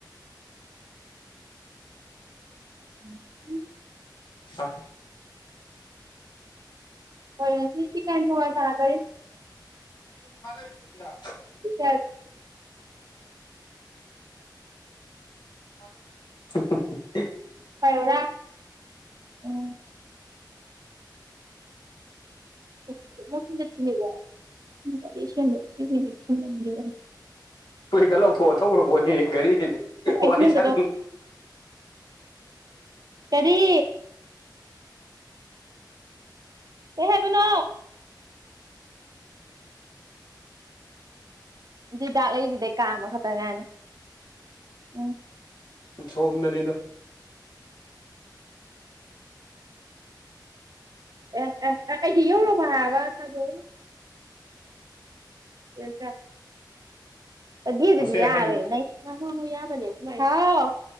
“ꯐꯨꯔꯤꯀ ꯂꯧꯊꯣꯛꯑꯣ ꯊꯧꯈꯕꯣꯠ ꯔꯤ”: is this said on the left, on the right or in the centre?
Left